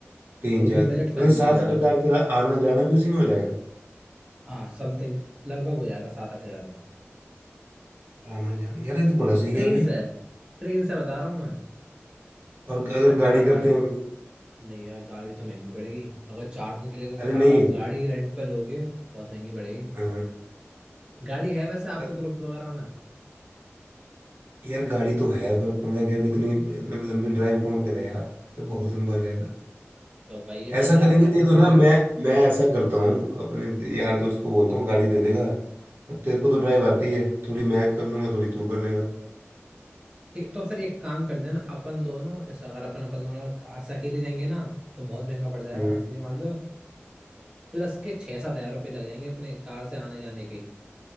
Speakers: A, on the right; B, on the right.
A: तीन
B: वो
A: चार
B: भी बजट
A: दिन मतलब
B: फ्रेंडली
A: सात
B: जाओगे
A: आठ हजार तेरा आना जाना भी उसी में हो जाएगा
B: हाँ समथिंग लगभग हो जाएगा सात आठ हजार में
A: आना जाना यार ये तो बड़ा सही
B: ट्रेन
A: है भाई
B: से ट्रेन से बता रहा हूँ मैं
A: और अगर
B: मैं कार
A: गाड़ी करते
B: वार
A: हैं अपनी
B: नहीं यार गाड़ी तो महंगी पड़ेगी अगर चार दिन के लिए तुम
A: अरे
B: अगर
A: नहीं
B: आप गाड़ी रेंट पे लोगे बहुत महंगी पड़ेगी
A: हाँ
B: गाड़ी है वैसे आपके
A: अ-
B: ग्रुप वगैरह में
A: यार गाड़ी तो है पर पंगा क्या है, अब इतनी ल- लंबी ड्राइव कौन करे यार तो बहुत लंबा हो जाएगा
B: तो वही है
A: ऐसा
B: फिर ड्राइवर
A: करेंगे
B: रखना
A: नहीं तो ना
B: पड़ेगा
A: मैं मैं ऐसा करता हूँ अपने यार दोस्त को बोलता हूँ गाड़ी दे देगा और तेरे को तो ड्राइव आती है थोड़ी मैं कर लूंगा थोड़ी तू कर लेगा
B: ठीक तो फिर एक काम कर देना अपन दोनों जैसे अगर अपन अपन दोनों कार से अकेले जाएंगे ना तो बहुत महंगा पड़ जाएगा
A: हम्म
B: ये मान लो प्लस के छः सात हजार रुपये लग जाएंगे अपने कार से आने जाने के